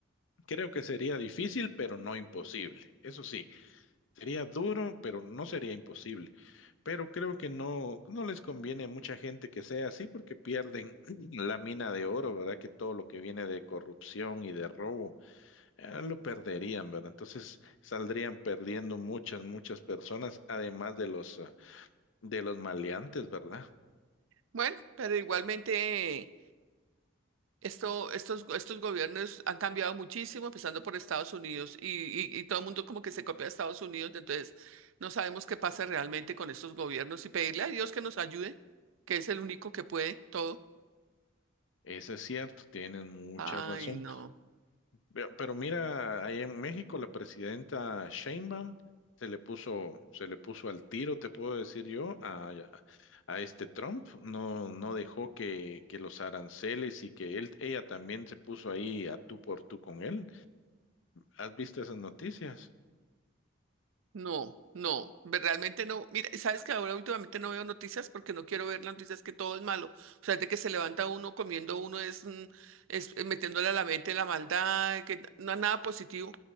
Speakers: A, on the left; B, on the right.
A: creo que sería difícil, pero no imposible. Eso sí. Sería duro, pero no sería imposible. Pero creo que no, no les conviene a mucha gente que sea así porque pierden <clears throat> la mina de oro, ¿verdad? Que todo lo que viene de corrupción y de robo, eh, lo perderían, ¿verdad? Entonces saldrían perdiendo muchas, muchas personas, además de los, ah, de los maleantes, ¿verdad?
B: Bueno, pero igualmente. Esto, estos, estos gobiernos han cambiado muchísimo, empezando por Estados Unidos, y, y- y todo el mundo como que se copia a Estados Unidos, entonces no sabemos qué pasa realmente con estos gobiernos y pedirle a Dios que nos ayude, que es el único que puede todo.
A: Eso es cierto, tienen mucha
B: Ay,
A: razón.
B: no.
A: Ve- Pero mira, ahí en México la presidenta Sheinbaum se le puso, se le puso al tiro, te puedo decir yo, a, a este Trump. No, no dejó que, que los aranceles y que él, ella también se puso ahí a tú por tú con él. ¿Has visto esas noticias?
B: No, no, ve- realmente no. Mira, sabes que ahora últimamente no veo noticias porque no quiero ver las noticias que todo es malo. O sea, de que se levanta uno comiendo uno es, mm, es eh, metiéndole a la mente la maldad, que no es nada positivo.